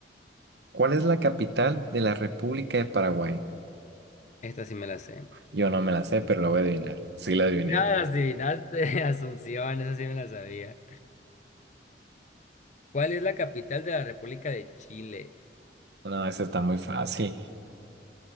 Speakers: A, on the right (about 70°); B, on the left (about 40°).
A: ¿Cuál es la capital de la República de Paraguay?
B: Esta sí me la sé.
A: Yo no me la sé, pero lo voy a adivinar. Sí, la adiviné.
B: Nada, las adivinaste, <laughs> Asunción, eso sí me la sabía. ¿Cuál es la capital de la República de Chile?
A: No, esa está muy fácil.